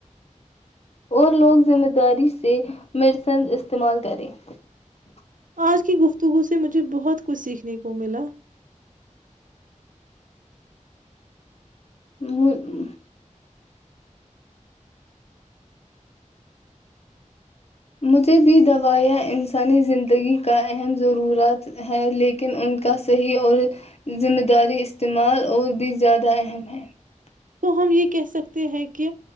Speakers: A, on the left; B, on the right.
A: اور لوگ ذمہ داری سے میڈیسنز استعمال کریں <unintelligible>
B: آج کی گفتگو سے مجھے بہت کچھ سیکھنے کو ملا
A: ہ <unintelligible> مجھے بھی دوائیاں انسانی زندگی کا اہم ضرورت ہے لیکن ان کا صحیح اور ذمہ داری استعمال اور بھی زیادہ اہم ہیں <unintelligible>
B: تو ہم یہ کہہ سکتے ہیں کہ